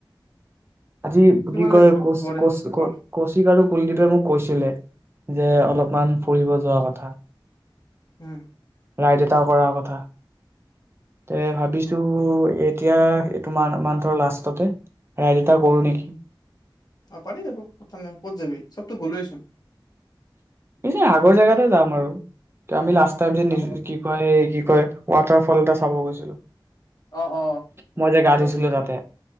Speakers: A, on the right; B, on the left.
A: আজি
B: কিছুমানে
A: কি কয়
B: যে বহুত
A: কৌচ
B: পঢ়ে
A: কৌচ
B: অ
A: কৌচিক আৰু কুলদ্বীপে মোক কৈছিলে যে
B: উম
A: অলপমান ফুৰিব যোৱা ক কথা
B: উম
A: ৰাইড এটা কৰাৰ কথা। তে ভাবিছো এতিয়া এইটো মা মন্তৰ লাষ্টতে ৰাইড এটা কৰোঁ নেকি!
B: অ' পাৰি যাব কথা নাই ক'ত যাবি চবতো গ'লোয়ে চোন।
A: এনে আগৰ জেগাতে যাম আৰু ত আমি লাষ্ট টাইম যে
B: অ
A: নিজ কি কয় এই কি কয় ৱাটাৰ ফল এটা চাব গৈছিলো
B: অ', অ',
A: মই যে
B: কোনটো
A: গা ধুইছিলো
B: আছিল বে'
A: তাতে